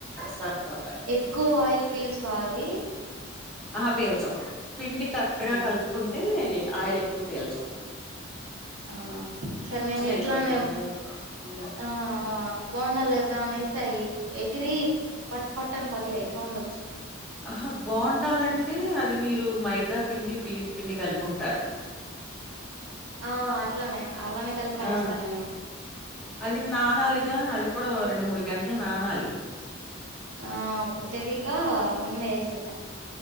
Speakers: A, in the centre; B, on the right.
A: సన్ఫ్లవర్ ఆయిల్
B: ఎక్కువ ఆయిల్ పీల్చవా అవి
A: ఆహా పీల్చవు పిండి కరెక్ట్గా
B: ఆ
A: కలుప్కుంటే ఆయిల్ ఎక్కువ పీల్చవ్
B: ఆ సర్ నేను ఇట్లానే
A: అయిపోయింది అనుకో హ్మ్
B: ఆ ఆ బోండలేద్దమనేస్తే అయ్యి ఎగిరి పట్ పట్టని పగ్లయి సౌండ్ ఒచ్చి
A: ఆహా బోండాలంటే అది మీరు మైదా పిండి బియ్యప్పిండి కలిపుంటారు
B: ఆ అట్లానే అలానే కలిపేస్తా
A: ఆ!
B: నేను
A: అది నానాలిగా అది కూడా రెండు మూడు గంటలు నానాలి
B: ఆ అప్పుడు తెలీక ముందే వేసేసా